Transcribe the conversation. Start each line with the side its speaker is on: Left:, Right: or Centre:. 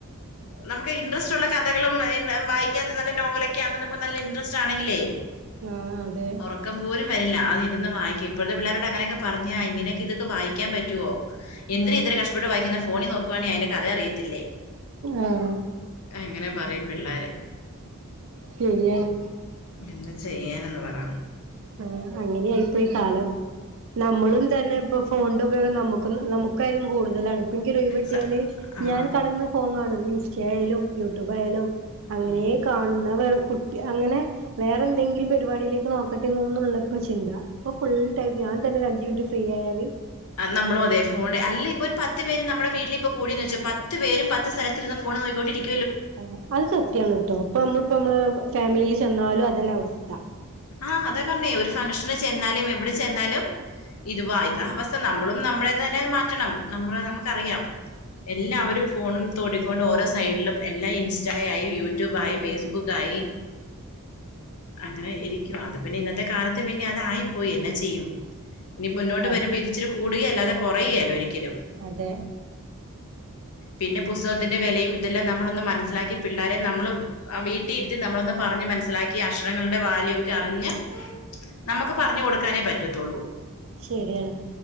Left: നമുക്ക് ഇൻട്രസ്റ്റ്ള്ള കഥകളും <unintelligible> വായിക്കാൻ നല്ല നോവലൊക്കെ ആകുമ്പോ നമുക്ക് നല്ല ഇൻട്രസ്റ്റ് ആണെങ്കിലേ
Right: ആഹ് അതെ
Left: ഉറക്കം പോല വരില്ല അത് ഇരുന്ന് വക്ക ഇപ്പോഴത്തെള്ളരോ അങ്ങനൊക്കെ പറഞ്ഞാ ഇങ്ങനെയക്കെ ഇതൊക്കെ വായിക്കാൻ പറ്റുവോ എന്തിന
Right: ആഹ്
Left: ഇത്രരം കഷ്ടപ്പെട്ട് വായിക്കുന്ന ഫോണിൽ നോക്കുവാണെങ്ക അന്റെ കഥയ അറിയത്തില്ലേ
Right: ആഹ്
Left: ഇങ്ങനെ പറയും പിള്ളാര്
Right: ശരിയാണ്
Left: എന്ത് ചെയ്യാനെന്ന് പറ
Right: ആഹ് അങ്ങനെയായിപ്പോയി കാലം നമ്മളും തന്നെ പ്പൊ ഫോണിന്റെ ഉപയോഗം നമുക്കായാലും കൂട്തലാണ് പ എനിക്കൊരൊഴിവ് കിട്ടിയാല്
Left: സ- ആ
Right: ഞാൻ കെടന്ന് ഫോൺ കാണും ഇൻസ്റ്റെയിലായാലും യൂടൂബായാലും അങ്ങനേക്കാണും
Left: ഉം
Right: ന്നാ അങ്ങനെ വേറെന്തെങ്കിലും പരിപാടിയിലേക്ക് നോക്ക ട്ടിനുള്ള ഇപ്പ ചിന്ത ഇപ്പ ഫുൾ ടൈം ഞാൻ തന്നെ ഒരു അഞ്ച് മിനിറ്റ് ഫ്രീയായാല്
Left: അന്നമ്മള് അതെ ഫോൺ അല്ല ഇപ്പം പത്ത് പേര് ഞമ്മളെ വീട്ടീല് ക്കൂടിന്നൊ ച്ചൊ പത്ത് പേരും പത്ത് സ്ഥലത്തിരുന്ന് ഫോണ്ന്നോക്കി കൊണ്ടിരിക്കും
Right: ആഹ് അത് സത്യാണ്ട്ട്ടോ പ്പം ഞമ്മള് ഞമ്മളെ ഫാമിലീല് ചെന്നാല് അതെന്നെ അവസ്ഥ
Left: ആഹ് അതാപറഞ്ഞേ ഒരു ഫംഗ്ഷന് ചെന്നാലും എവിടെ ചെന്നാലും ഇതുവ ഇതാവസ്ഥ നമ്മളും നമ്മളെ തന്നെ മാറ്റണം നമ്മ നമുക്കറിയാം എല്ലാവരും ഫോണും തോടിക്കൊണ്ട് ഓരോ സൈഡിലും എല്ലാം ഇൻസ്റ്റയ്യി യൂട്യൂബായി ഫേസ്ബുക്കയി അങ്ങനെ ഇരിക്കുവാഅത് പിന്നെ ഇന്നത്തെ കാലത്ത് പിന്നെ അതായിപ്പോയി എന്നാ ചെയ്യും ഇനി മുന്നോട്ട്
Right: അതെ
Left: വരുമ്പോ ഇത് ഇച്ചിരി കൂടുകയല്ലാതെ കുറയേല ഒരിക്കലും
Right: അതെ
Left: പിന്നെ പുസ്തകത്തിന്റെ വെലയും ഇതെല്ലാം നമ്മളൊന്ന് മനസ്സിലാക്കി പിള്ളോരെ ന്നമ്മളള് വീട്ടിഇരുത്തി നമ്മളൊന്ന് പറഞ് മനസിലാക്കി ആഷ് ങ്ങളുടെ വാല്യു അറിഞ്ഞമ്മക്ക് പറഞ് കൊടുക്കാനെ പറ്റത്തൊള്ളൂ
Right: ശരിയാണ്